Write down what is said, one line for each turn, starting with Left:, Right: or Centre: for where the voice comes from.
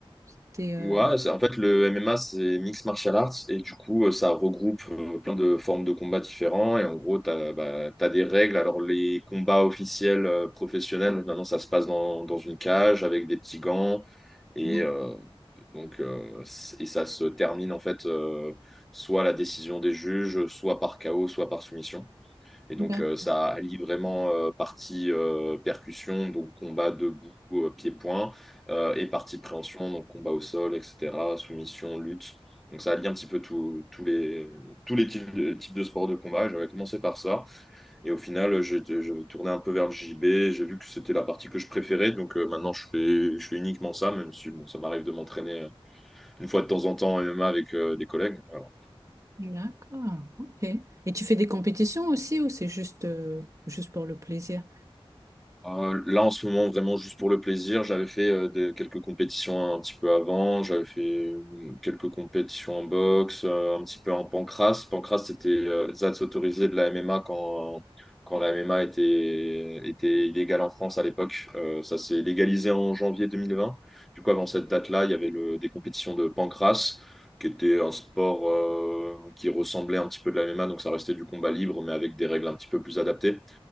Right: c'était euh,
Centre: Ouais, c'est- en fait, le MMA, c'est Mixed Martial Arts, et du coup, euh, ça regroupe euh, plein de formes de combats différents, et en gros, t'as, bah, t'as des règles. Alors, les combats officiels euh, professionnels, maintenant, ça se passe dans, dans une cage avec des petits gants, et,
Right: Mhm.
Centre: euh, donc, euh, c- et ça se termine, en fait, euh, soit à la décision des juges, soit par KO, soit par soumission. Et donc,
Right: D'accord.
Centre: euh, ça allie vraiment euh, partie euh, percussion, donc combat debout, euh, pied-point, euh, et partie préhension, donc combat au sol, etc., soumission, lutte. Donc, ça allie un petit peu tout- tous les, tous les types de, types de sports de combat. Et J'avais commencé par ça. Et au final, euh, j'ai je tournais un peu vers le JB. J'ai vu que c'était la partie que je préférais. Donc, euh, maintenant, je fais, je fais uniquement ça, même si bon, ça m'arrive de m'entraîner euh, une fois de temps en temps en MMA avec euh, des collègues. Voilà.
Right: D'accord. Ok. Et tu fais des compétitions aussi ou c'est juste euh, juste pour le plaisir?
Centre: Euh, là, en ce moment, vraiment juste pour le plaisir, j'avais fait euh, des- quelques compétitions un petit peu avant. J'avais fait euh, quelques compétitions en boxe, euh, un petit peu en pancrace. Pancrace, c'était euh, ZATS autorisé de la MMA quand, quand la MMA était, était illégale en France à l'époque. Euh, ça s'est légalisé en janvier 2020. Du coup, avant cette date-là, il y avait le, des compétitions de pancrace, qui était un sport euh, qui ressemblait un petit peu de la MMA. Donc, ça restait du combat libre, mais avec des règles un petit peu plus adaptées.